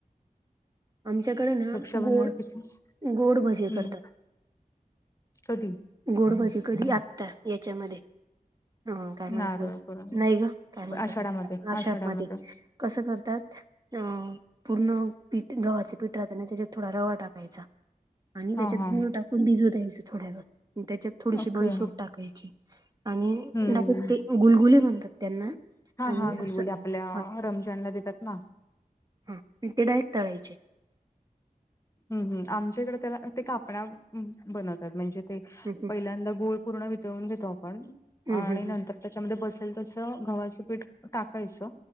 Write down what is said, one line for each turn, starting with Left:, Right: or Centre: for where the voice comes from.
Right: आमच्याकडे ना
Left: रक्षाबंधन
Right: गोड
Left: कितीच
Right: गोड भजे
Left: हम्म
Right: करतात
Left: कधी
Right: गोडभजी कधी आत्ता याच्यामध्ये. हा काय म्हटलंस
Left: नारळ पौर्णिमा
Right: नाही ग काय म्हटलंता
Left: आषाढामध्ये
Right: आषाड
Left: आषाढामध्ये
Right: मध्ये कसं करतात पूर्ण प, गव्हाचे पिठ राहत ना त्याच्यात थोडा रवा टाकायचा. आणि त्याच्यात
Left: हा हा
Right: गूळ टाकून भिजू द्यायचं थोड्या वेळ त्याच्यात थोडीशी
Left: ओके
Right: बडीशोप टाकायची. आणि
Left: हम्म
Right: ते गुलगुले म्हणतात त्यांना,
Left: हा
Right: आणि
Left: हा गुलगुली
Right: असं
Left: आपल्या
Right: हा
Left: रमजानला देतात ना,
Right: हा ते डायरेक्ट तळायचे.
Left: हू हु आमच्याकडे त्याला ते कापडा वर बनवतात म्हणजे ते
Right: हम्म
Left: पहिल्यांदा गुळ पूर्ण वितवून घेतो आपण
Right: हम्म
Left: आणि
Right: हम्म
Left: नंतर
Right: हम्म
Left: त्याच्यामध्ये बसेल तसं गव्हाचं पीठ टाकायचं.